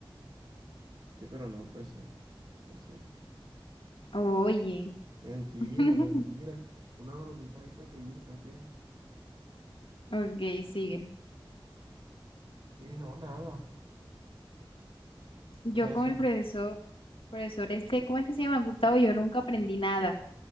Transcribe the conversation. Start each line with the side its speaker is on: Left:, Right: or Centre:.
Right: sí, pero no, pues, eh, no sé.
Left: Oye.
Right: Mentira,
Left: <laughs>
Right: mentira. Una bromita ahí pequeñita, ¿qué?
Left: Ok, sigue.
Right: Sí, no, nada.
Left: Yo
Right: Eso.
Left: con el profesor, profesor este, ¿cómo es que se llama? Gustavo, yo nunca aprendí nada.